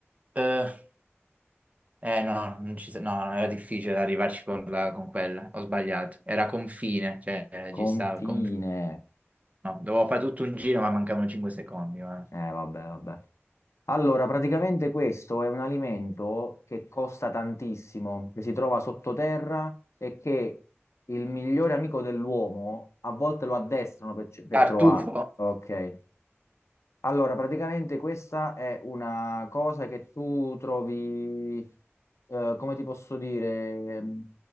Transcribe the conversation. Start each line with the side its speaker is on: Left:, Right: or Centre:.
Right: Eh, eh, no, non ci sa- no, no, era difficile arrivarci con, la- con quella, ho sbagliato. Era confine, cioè eh, ci
Left: Confine.
Right: stava, conf- no, dovevo fare tutto un giro ma mancavano 5 secondi. guarda.
Left: Eh, vabbè, vabbè. Allora, praticamente questo è un alimento che costa tantissimo, che si trova sottoterra e che il migliore amico dell'uomo a volte lo addestrano per, ce- per
Right: Tartufo,
Left: trovare. Ok. Allora, praticamente questa è una cosa che tu trovi, eh, come ti posso dire, ehm,